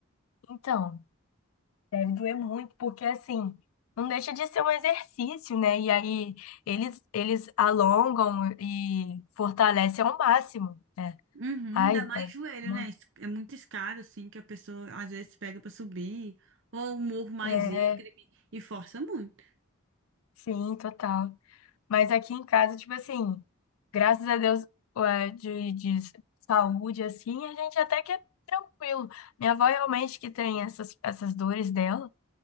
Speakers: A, on the left; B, on the right.
A: Então, Deve doer muito, porque assim, não deixa de ser um exercício, né? E aí eles, eles alongam e fortalecem ao máximo, né?
B: Uhum,
A: Ai,
B: ainda
A: deve
B: mais joelho,
A: ser muito.
B: né? Es- É muito escada, assim, que a pessoa às vezes pega pra subir, ou um morro mais
A: É,
B: íngreme e força muito.
A: sim, total. Mas aqui em casa, tipo assim, graças a Deus, ué, de, de saúde, assim, a gente até que é tranquilo. Minha avó realmente que tem essas, essas dores dela.